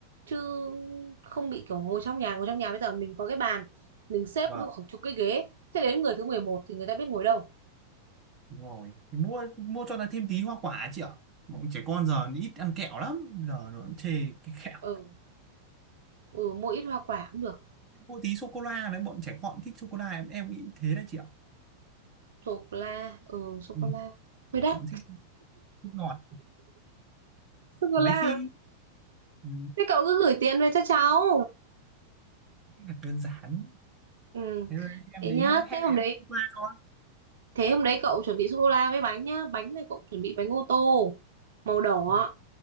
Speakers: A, on the right (about 60°); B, on the right (about 25°).
A: chứ không bị kiểu ngồi trong nhà ngồi trong nhà bây giờ mình có cái bàn mình xếp
B: vâng
A: với khoảng chục cái ghế thế đến người thứ 11 thì người ta biết ngồi đâu
B: đúng rồi thì mua mua cho nó thêm tí hoa quả chị ạ bọn trẻ con giờ nó ít ăn kẹo lắm giờ nó cũng chê cái kẹo
A: ừ ừ mua ít hoa quả cũng được
B: mua tí sô cô la đấy bọn trẻ con thích sô cô la em em nghĩ thế đấy chị ạ
A: sô cô la ừ sô
B: ừ,
A: cô la hơi đắt
B: bọn thích thích ngọt
A: sô cô
B: mấy
A: la
B: khi ừ,
A: Thế cậu cứ gửi tiền về cho cháu.
B: là đơn giản
A: Ừ,
B: thế rồi em
A: thế
B: đến
A: nhá.
B: đây hay
A: Thế
B: là
A: hôm
B: em
A: đấy,
B: qua cho
A: thế hôm đấy cậu chuẩn bị sô cô la với bánh nhá. Bánh này cậu chuẩn bị bánh ô tô màu đỏ.
B: rồi